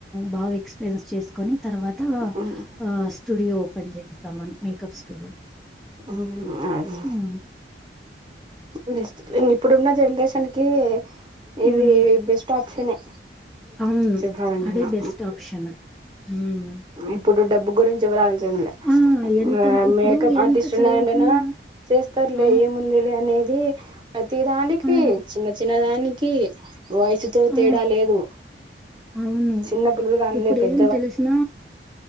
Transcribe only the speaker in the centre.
బాగా ఎక్స్ ప్రెజెన్స్ చేసుకొని తర్వాత
ఆ స్టూడియో ఓపెన్ చేస్తామని మేకప్ స్టూడియో
అ
హ్మ్
అవును
అదే
బెస్ట్ ఆప్షన్ హ్మ్
ఆ ఎంత
ఇప్పుడు
ఎంత
చదువుకున్నావా
ఆ
ఆ
ఆ
అవును
ఇప్పుడు
ఏం తెలుసున